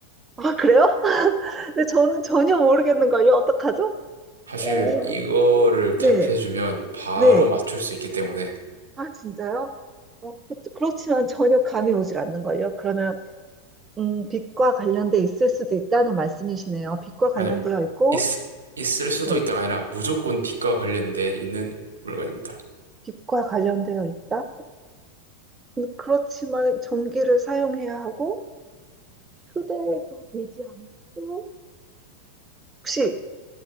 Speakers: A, on the right; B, on the right.
A: 아, 그래요? <laughs> 근데 저는 전혀 모르겠는걸요. 어떡하죠?
B: 사실
A: 어,
B: 이거를
A: 네.
B: 답해주면 바로
A: 네.
B: 맞출 수 있기 때문에
A: 아, 진짜요? 어, 그- 그렇지만 전혀 감이 오질 않는걸요. 그러면 음, 빛과 관련돼 있을 수도 있다는 말씀이시네요. 빛과 관련되어
B: 아니요.
A: 있고,
B: 있, 있을 수도
A: 네.
B: 있다가 아니라 무조건 빛과 관련돼 있는 물건입니다.
A: 빛과 관련되어 있다. 근데 그렇지만 전기를 사용해야 하고, 휴대가 되지 않고, 혹시